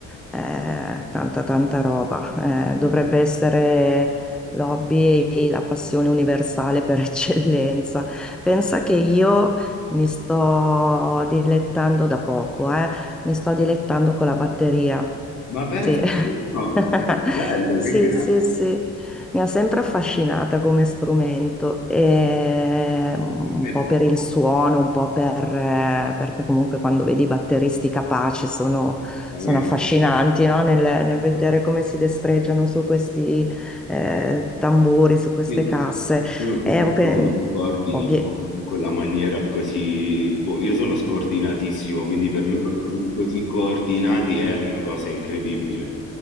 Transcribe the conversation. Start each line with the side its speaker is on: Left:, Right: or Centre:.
Centre: eh, tanta tanta roba. Eh, dovrebbe essere l'hobby, e la passione universale per <laughs> eccellenza. Pensa che io mi sto dilettando da poco, eh. Mi sto dilettando con la batteria.
Left: Ma pensa,
Centre: Sì.
Left: no,
Centre: <laughs>
Left: dai, che bello,
Centre: Sì,
Left: che grande.
Centre: sì, sì, mi ha sempre affascinata come strumento, e, mm,
Left: Per me
Centre: un
Left: è
Centre: po'
Left: tanto,
Centre: per il suono, un po' per, eh, perché comunque quando vedi i batteristi capaci sono,
Left: veramente-
Centre: sono affascinanti, no? Nel, nel vedere come si destreggiano su questi eh, tamburi, su queste
Left: Sì,
Centre: casse.
Left: io non capisco
Centre: E, ov-
Left: come si coordinino
Centre: ovvie-
Left: in quella maniera così. Boh, io sono scordinatissimo, quindi per me dormire così coordinati è una cosa incredibile.